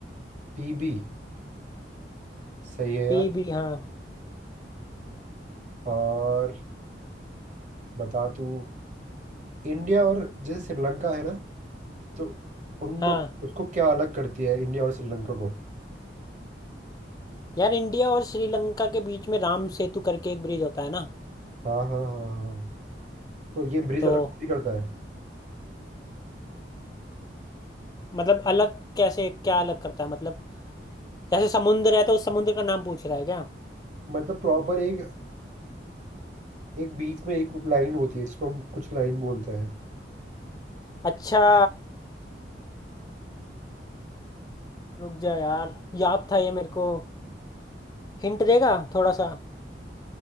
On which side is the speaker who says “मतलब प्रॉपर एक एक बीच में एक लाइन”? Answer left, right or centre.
Right